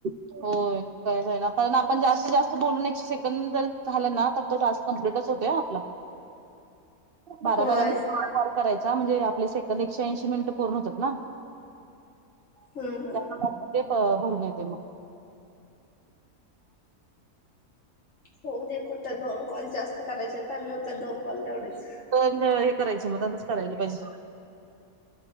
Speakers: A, on the right; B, on the left.
A: होय कायच आहे ना पण, आपण जास्तीत जास्त बोलून एक सेकंद जर झालं ना, तर तो टास्क कंप्लीटच होतोय. होतंय आपला,
B: <inaudible>
A: बारा
B: होय
A: बारा मिनिट कॉल करायचं, म्हणजे आपले सेकंद एकशे ऐंशी मिनिटं पूर्ण होतात ना,
B: हम्म हम्म,
A: त्यामध्ये भरून येते मग,
B: होऊदे कुठ दोन कॉल जास्त, करायचे कमी होत, दोन कॉल तेवढेच
A: हे करायचे मग तसंच करायला पाहिजे.